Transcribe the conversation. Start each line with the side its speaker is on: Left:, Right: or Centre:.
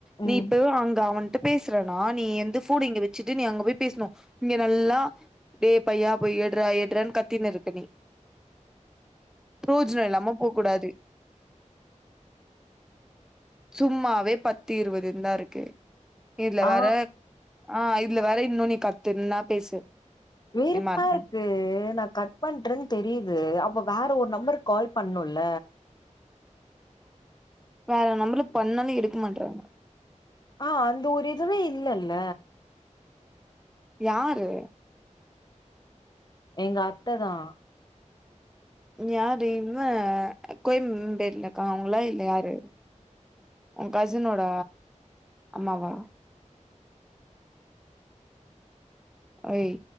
Centre: நீ
Left: ம்
Centre: இப்ப அங்க அவன்ட பேசுறனா நீ எந்த ஃபோன இங்க வச்சுட்டு நீ அங்க போய் பேசணு இங்க நல்லா டே பையா போய் எட்றா எட்றானு கத்தினு இருக்க நீ ப்ரோஜன இல்லாம போக் கூடாது சும்மாவே பத்து இருபதுனு தா இருக்கு இதுல
Left: ஆ
Centre: வேற ஆ இதுல வேற இன்னு நீ கத்துன்னா பேசு
Left: வெறுப்பாருக்கு
Centre: நீ மாட்ன
Left: ஏ நா கட் பண்றேன் தெரியுது அப்ப வேற ஒரு நம்பருக்கு கால் பண்ணுல
Centre: வேற நம்பருக்கு பண்ணாலு எடுக்க மாட்டறாங்க
Left: ஆ அந்த ஒரு இதுவே இல்லல்ல
Centre: யாரு
Left: எங்க அத்த தா
Centre: யாரு இல்ல கோயம்பேட்லக்கா அவங்களா இல்ல யாரு உன் கசினோட அம்மாவா ஓய்